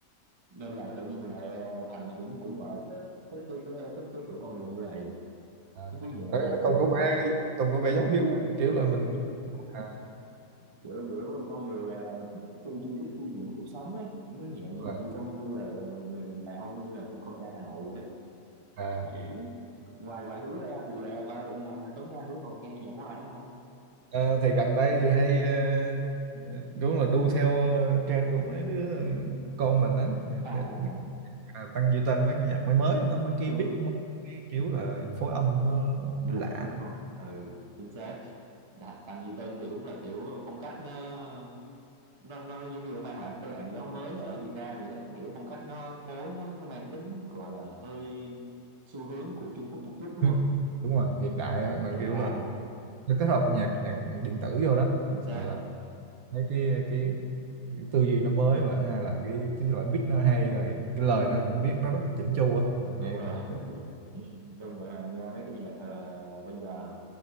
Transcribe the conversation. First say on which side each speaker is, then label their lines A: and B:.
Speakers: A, on the right; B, on the right.
A: nên là tự nhiên mình lại ờ, thành này cũng cũng gọi là thích cái cái thích cái kiểu con người như vậy
B: à,
A: cái kiểu nhẹ
B: đấy,
A: nhàng
B: không có vẻ không có vẻ giống Hiếu á, kiểu
A: thích
B: là mình
A: cái
B: à,
A: kiểu kiểu con người gọi là thích tư duy thích chiêm nghiệm cuộc sống á nhẹ nhàng như
B: mà-
A: con như là là- là đàn ông như là con trai Hà Nội vậy
B: à.
A: đó ngoài ngoài Hiếu ra thì ờ, ngoài ngoài Anh Tuấn ra Hiếu còn nghe nhạc của anh nữa không
B: Ờ, thì gần đây thì hay ờ, ờ, đúng là đu theo ờ, trend của mấy đứa con mình á
A: à
B: Thì- thì, à, tăng duy tân mấy cái nhạc mới mới nó mấy cái
A: chưa
B: beat mới cái kiểu là phối âm nó
A: cũng
B: lạ
A: lạ đúng không ừ chính xác Đà- Tầng Duy Tân thì đúng là kiểu phong cách nó nó nó giống như nó mang lại cái làn gió mới ở Việt Nam vậy đó nghĩa phong cách nó phối nó, nó mang tính gọi là hơi xu hướng của Trung Quốc một chút
B: <laughs>
A: đúng
B: Ừ,
A: không
B: đúng rồi hiện đại á, nó
A: hiện
B: kiểu
A: đại
B: là nó kết hợp nhạc nhạc điện tử vô đó
A: chính xác
B: mình làm mấy cái cái tư duy nó mới và hay là cái tức là beat nó hay rồi cái lời nó cũng viết nó rất là chỉnh chu á mình
A: đúng
B: nghe
A: rồi
B: mà mình,
A: <laughs> công nhận là nghe mấy cái nhạc ờ, bây giờ